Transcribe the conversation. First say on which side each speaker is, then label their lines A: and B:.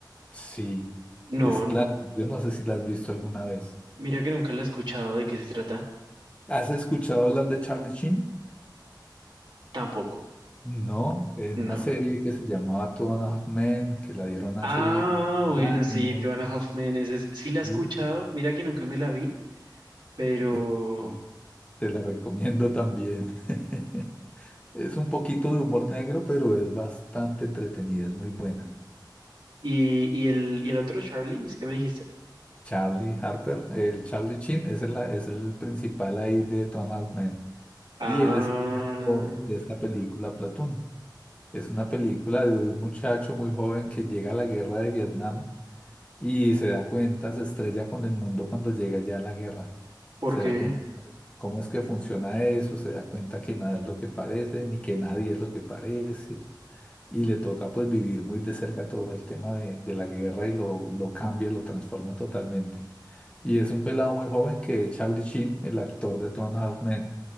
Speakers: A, on the left; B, on the right.
A: Sí,
B: No,
A: es claro.
B: n-
A: Yo no sé si la has visto alguna vez.
B: mira que nunca la he escuchado. ¿De qué se trata?
A: ¿Has escuchado hablar de Charlie Sheen?
B: Tampoco.
A: No, es
B: No.
A: una serie que se llamaba Two and a Half Men, que la dieron hace
B: Ah, bueno,
A: años.
B: sí, Tuana Hoffman, ese es- sí la he escuchado.
A: y-
B: Mira que nunca me la vi, pero...
A: eh, sí, Te la recomiendo también. <laughs> Es un poquito de humor negro, pero es bastante entretenida, es muy buena.
B: ¿Y, y el, y el otro Charlie? ¿Es que me dijiste?
A: Charlie Harper, el Charlie Chin es el, es el principal ahí de Two and a Half Men.
B: Ah,
A: Y él es el actor de esta película, Platoon. Es una película de un muchacho muy joven que llega a la guerra de Vietnam Y se da cuenta, se estrella con el mundo cuando llega ya a la guerra.
B: ¿por
A: Se
B: qué?
A: da cuenta cómo es que funciona eso, se da cuenta que nada es lo que parece, ni que nadie es lo que parece. Y le toca pues vivir muy de cerca todo el tema de, de la guerra y lo, lo cambia, lo transforma totalmente. Y es un pelado muy joven que Charlie Sheen, el actor de Two and a Half Men,